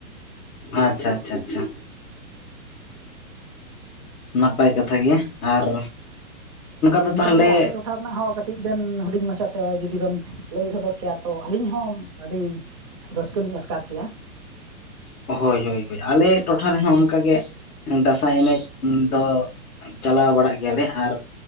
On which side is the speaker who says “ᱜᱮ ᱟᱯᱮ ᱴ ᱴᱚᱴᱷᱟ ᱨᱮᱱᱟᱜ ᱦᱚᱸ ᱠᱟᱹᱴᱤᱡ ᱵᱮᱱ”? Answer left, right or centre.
Right